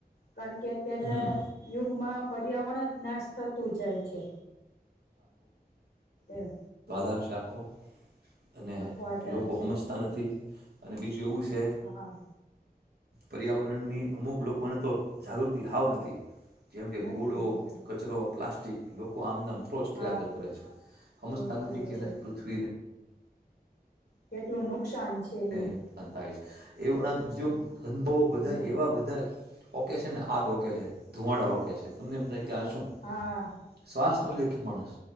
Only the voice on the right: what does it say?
હમ
દર્શ આખો અને
લોકો
હમજતા નથી. અને બીજું એવું છે
પર્યાવરણની અમુક લોકોને તો જાગૃતિ હાવ નથી. જેમ કે
કુડો,
કચરો, પ્લાસ્ટિક જી લોકો આમનમ <unintelligible>
કરે છે, હમજતા
નથી કે એને
પૃથ્વીને
નુકસાન થાય છે, એ ઉપરાંત ઉદ્યોગ. અનુભવો બધા
એવા બધા ઓ કે છે ને આ આગ ઓકે છે, ધુવાડા ઓકે છે. તમને એમ થાય કે આ શું?
શ્વાસ નો લેઈ હકે માણસ.